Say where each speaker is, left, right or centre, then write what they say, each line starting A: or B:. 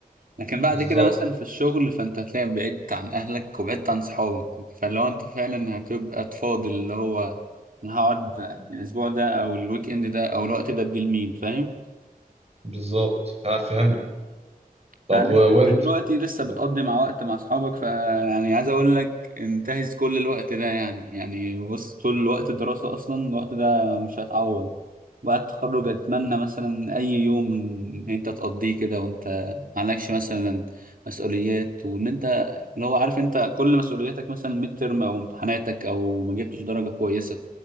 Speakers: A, on the right; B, on the right.
A: لكن بعد
B: بالظبط
A: كده مثلا في الشغل فانت هتلاقي بعدت عن اهلك وبعدت عن صحابك فاللي هو انت فعلا هتبقى تفاضل اللي هو انا هقعد يعني الاسبوع ده او الويك اند ده او الوقت ده ادي لمين فاهم
B: بالظبط ف- فهمت طب
A: فانت
B: و- وانت
A: دلوقتي لسه
B: لا
A: بتقضي مع وقت مع اصحابك فيعني عايز اقول لك انتهز كل الوقت ده يعني يعني بص طول وقت الدراسة اصلا الوقت ده مش هيتعوض بعد التخرج اتمنى مثلا اي يوم ان انت تقضيه كده وانت معلكش مثلا مسؤوليات وان انت اللي هو عارف انت كل مسؤولياتك مثلا ميد ترم او امتحاناتك او ما جبتش درجة كويسة